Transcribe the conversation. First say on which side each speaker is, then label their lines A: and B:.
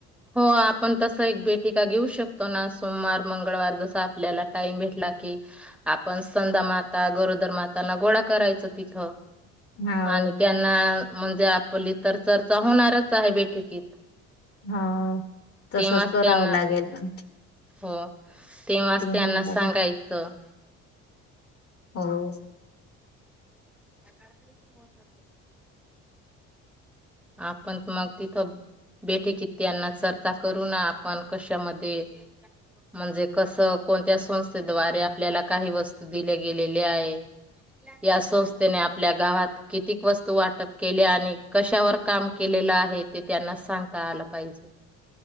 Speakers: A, in the centre; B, on the left (about 50°).
A: हो आपण तस एक भेटी का घेऊ शकतो ना सोमवार मंगळवार जस आपल्याला टाइम भेटला की आपण संंदा माता गरोदर माताना गोळा करायच तिथं
B: हाव
A: आणि त्यांना म्हणजे आपली तर चर्चा होणारच आहे बैठकीत.
B: हा तसच
A: तेव्हाच
B: करावं
A: त्यांना
B: लागेल म.
A: हो तेव्हाच त्यांना
B: घ्यावं
A: सांगायचं?
B: लागेल हो.
A: ठ तारीख पण हो <unintelligible> आपण मग तिथं बैठकीत त्यांना चर्चा करू. ना आपण कशामध्ये म्हणजे कस कोणत्या संस्थेद्वारे आपल्याला काही वस्तू दिल्या गेलेल्या आहे. या संस्थेने आपल्या गावात कितीक वस्तू वाटप केल्या. आणि कशावर काम केलेलं आहे ते त्यांना सांगता आलं पाहिजे.